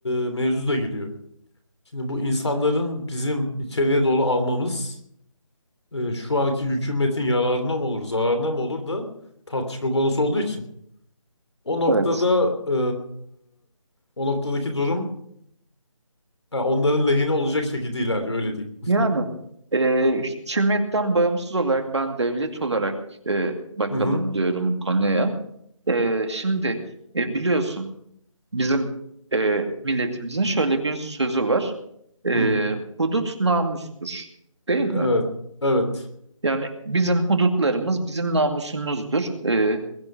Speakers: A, on the left (about 55°); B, on the right (about 55°).
A: e, mevzu da giriyor. Şimdi bu insanların bizim içeriye doğru almamız e, şu anki hükümetin yararına mı olur, zararına mı olur da tartışma konusu olduğu için. O noktada
B: Evet.
A: e, o noktadaki durum ha, onların lehine olacak şekilde ilerliyor öyle diyeyim.
B: Yani e, hükümetten bağımsız olarak ben devlet olarak e, bakalım
A: Hı hı.
B: diyorum bu konuya. Ee, şimdi e, biliyorsun bizim e, milletimizin şöyle bir sözü var. Ee,
A: Hı.
B: hudut namustur, değil mi?
A: Evet. Evet.
B: Yani bizim hudutlarımız bizim namusumuzdur. Ee,